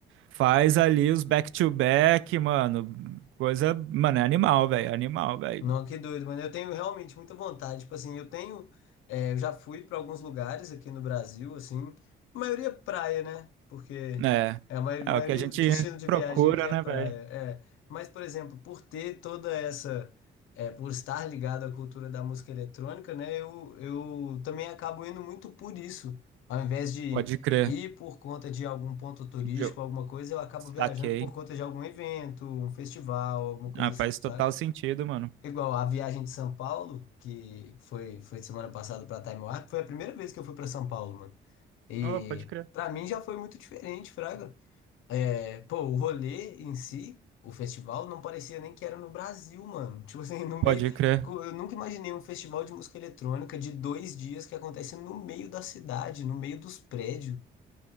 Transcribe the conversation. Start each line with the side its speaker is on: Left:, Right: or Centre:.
Right: faz ali os back-to-back, mano. Coisa, mano, é animal, velho. Animal, velho.
Left: Não, que doido, mano. Eu tenho realmente muita vontade. Tipo assim, eu tenho. é, eu já fui para alguns lugares aqui no Brasil, assim. A maioria é praia, né? Porque
Right: É,
Left: é, a mai- maioria
Right: é o que a gente
Left: do destino de
Right: procura,
Left: viagem aqui é
Right: né,
Left: praia.
Right: velho?
Left: É. Mas, por exemplo, por ter toda essa. é, por estar ligado à cultura da música eletrônica, né? Eu, eu também acabo indo muito por isso. Ao invés de
Right: Pode crer.
Left: ir por conta de algum ponto turístico,
Right: Jo-
Left: alguma coisa, eu acabo
Right: Saquei.
Left: viajando por conta de algum evento, um festival, alguma coisa
Right: Ah,
Left: assim,
Right: faz
Left: saca?
Right: total sentido, mano.
Left: Igual a viagem de São Paulo, que foi, foi semana passada para Taimuá, que foi a primeira vez que eu fui para São Paulo, mano. E
Right: Oh, pode crer.
Left: para mim já foi muito diferente, Fraga. É, pô, o rolê em si, o festival, não parecia nem que era no Brasil, mano. Tipo assim, no
Right: Pode
Left: meio.
Right: crer.
Left: co- Eu nunca imaginei um festival de música eletrônica de dois dias que acontece no meio da cidade, no meio dos prédios.